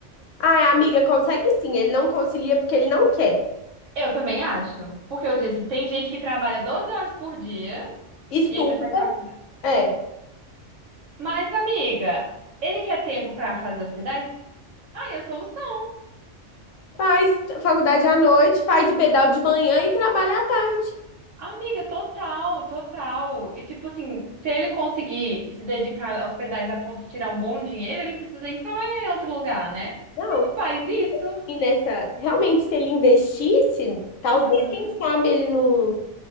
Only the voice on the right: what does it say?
Eu também acho, porque eu disse, tem gente que trabalha 12 horas por dia
e ainda faz faculdade.
Mas, amiga, ele quer tempo pra fazer os pedais? Ah, eu soluciono
Amiga, total, total. E tipo assim, se ele conseguir se dedicar aos pedais a ponto de tirar um bom dinheiro, ele não precisa nem trabalhar em outro lugar, né?
Ele faz isso.
Uhum.